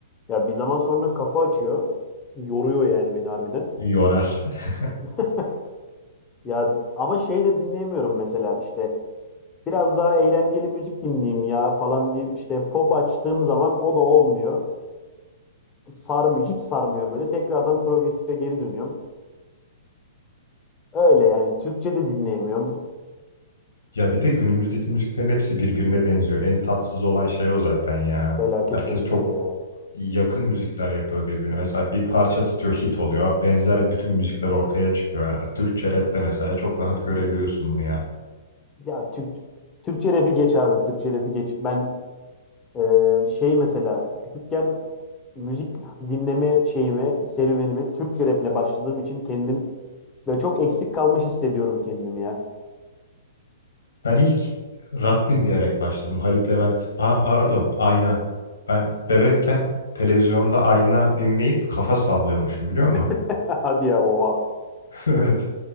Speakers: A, on the left (about 20°); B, on the left (about 80°).
A: Ya bir zaman sonra kafa açıyor. Yoruyor yani beni harbiden.
B: yorar. <laughs>
A: <laughs> Ya ama şey de dinleyemiyorum mesela işte biraz daha eğlenceli müzik dinleyeyim ya falan deyip işte pop açtığım zaman o da olmuyor. Sarmıyor, hiç sarmıyor böyle. Tekrardan progresife geri dönüyorum. Öyle yani Türkçe de dinleyemiyorum.
B: Ya bir de günümüzdeki müziklerin hepsi birbirine benziyor. En tatsız olan şey o zaten ya.
A: Felaket
B: Herkes
A: benziyor
B: çok
A: ya.
B: yakın müzikler yapıyor birbirine. Mesela bir parça tutuyor hit oluyor. Benzer bütün müzikler ortaya çıkıyor. Yani Türkçe rapte mesela çok rahat görebiliyorsun bunu ya.
A: Ya Türk Türkçe rap'i geç abi. Türkçe rap'i geç. Ben Ee, şey mesela küçükken müzik dinleme şeyimi, serüvenimi Türkçe raple başladığım için kendim ve çok eksik kalmış hissediyorum kendimi ya.
B: Ben ilk rock dinleyerek başladım. Haluk Levent. Ha, pardon, Ayna. Ben bebekken televizyonda Ayna dinleyip kafa sallıyormuşum biliyor musun?
A: <laughs>
B: <laughs>
A: Hadi ya oha.
B: Evet.